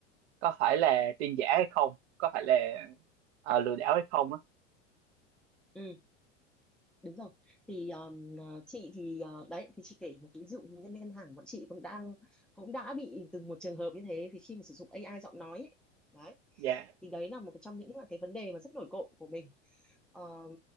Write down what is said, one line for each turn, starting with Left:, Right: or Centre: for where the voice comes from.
Right: có phải là tin giả hay không có phải là ờ, lừa đảo hay không á
Centre: ừ đúng rồi thì um, ờ, chị thì ờ, đấy thì chị kể một cái ví dụ nhân viên ngân hàng bọn chị cũng đang cũng đã bị từ một trường hợp như thế vì khi mà sử dụng AI giọng nói ấy, đấy
Right: dạ
Centre: thì đấy là một trong những là cái vấn đề mà rất nổi cộm của mình Ờm,